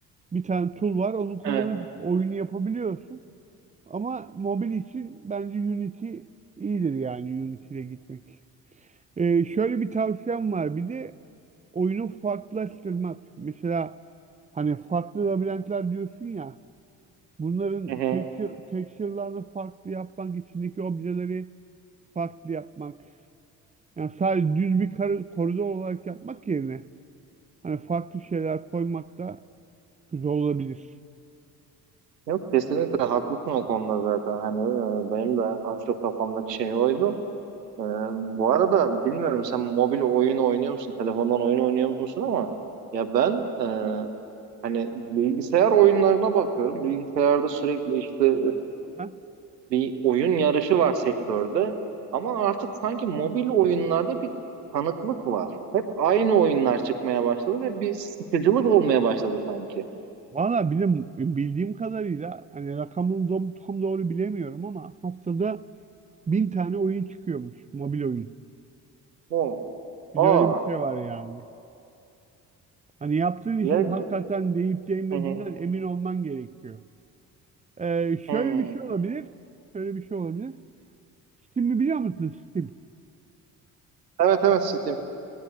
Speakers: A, on the right; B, on the right.
A: bir tane tool var. Onu kullanıp
B: Evet.
A: oyunu yapabiliyorsun. Ama mobil için bence Unity iyidir yani Unity ile gitmek. Ee, şöyle bir tavsiyem var. Bir de oyunu farklılaştırmak. Mesela hani farklı labirentler diyorsun ya. Bunların
B: Hı hı.
A: texture, texture'larını farklı yapmak, içindeki objeleri farklı yapmak. Yani sadece düz bir kar- koridor olarak yapmak yerine hani farklı şeyler koymak da güzel olabilir.
B: Yok kesinlikle haklısın o konuda zaten hani e, benim de az çok kafamdaki şey oydu. E, bu arada bilmiyorum sen mobil oyun oynuyor musun? Telefondan oyun oynuyor musun ama ya ben e, hani bilgisayar oyunlarına bakıyorum. Bilgisayarda sürekli işte e,
A: Aha.
B: bir oyun yarışı var sektörde ama artık sanki mobil oyunlarda bir kanıklık var. Hep aynı oyunlar çıkmaya başladı ve bir sıkıcılık olmaya başladı sanki.
A: Valla bilim, bildiğim kadarıyla hani rakamını dom- tam doğru bilemiyorum ama haftada bin tane oyun çıkıyormuş. Mobil oyun.
B: O.
A: Bir
B: Aa.
A: de öyle bir şey var yani. Hani yaptığın işin
B: Ya,
A: hakikaten değip değmediğinden
B: Hı hı.
A: emin olman gerekiyor. Ee,
B: Hı.
A: şöyle bir şey olabilir. Şöyle bir şey olabilir. Steam'i biliyor musun Steam?
B: Evet evet Steam.